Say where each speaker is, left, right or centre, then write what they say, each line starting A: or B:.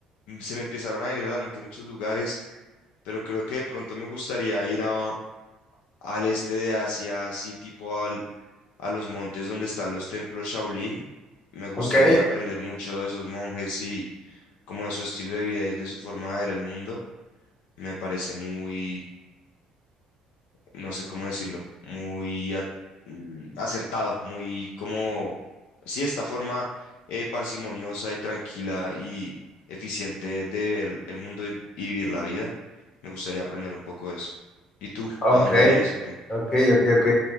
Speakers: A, on the left; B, on the left.
A: se me empezaron a venir a la mente muchos lugares, pero creo que de pronto me gustaría ir a- al este de Asia, así tipo al, a los montes donde están los templos Shaolin. Me gustaría
B: Ok,
A: aprender mucho de esos monjes y como de su estilo de vida y de su forma de ver el mundo. Me parece muy no sé cómo decirlo, muy a- mm, acertado, muy como, sí, esta forma eh, parsimoniosa y tranquila y eficiente de ver el mundo y, y vivir la vida. Me gustaría aprender un poco de eso. ¿Y tú?
B: ok,
A: ¿A dónde irías o qué?
B: ok, ok, ok.